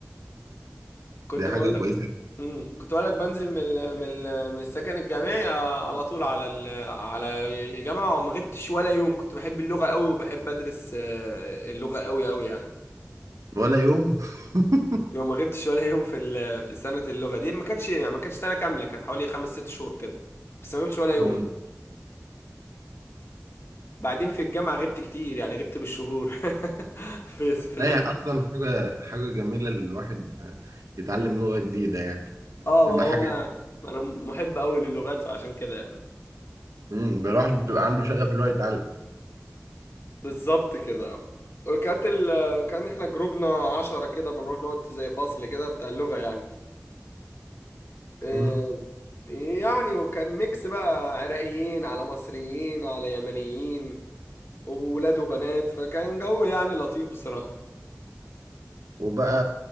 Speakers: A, on the left; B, on the right.
A: كنت
B: دي حاجة
A: بقول
B: كويسة
A: لك امم كنت بقول لك بنزل من ال- من ال- من السكن الجامعي آه، على طول على ال- على الجامعه وما غبتش ولا يوم كنت بحب اللغه قوي وبحب ادرس آه، اللغه قوي قوي يعني
B: ولا يوم <laughs>
A: لو ما غبتش ولا يوم في ال- في سنه اللغه دي ما كانتش يعني ما كانتش سنه كامله كانت حوالي خمس ست شهور كده بس ما غبتش ولا يوم
B: امم
A: بعدين في الجامعه غبت كتير يعني غبت بالشهور <laughs> في في الهندسه
B: هي اصلا حاجة حاجة جميلة الواحد يتعلم لغة جديدة يعني
A: اه
B: تبقى
A: ما هو
B: حاجة
A: انا انا محب قوي للغات فعشان كده يعني
B: امم الواحد بيبقى عنده شغف اللي هو يتعلم
A: بالظبط كده وكانت ال... كان احنا جروبنا عشرة كده بنروح نقعد في زي فصل كده بتاع اللغة يعني إيه...
B: مم.
A: يعني وكان ميكس بقى عراقيين على مصريين على يمنيين وولاد وبنات فكان جو يعني لطيف بصراحة
B: وبقى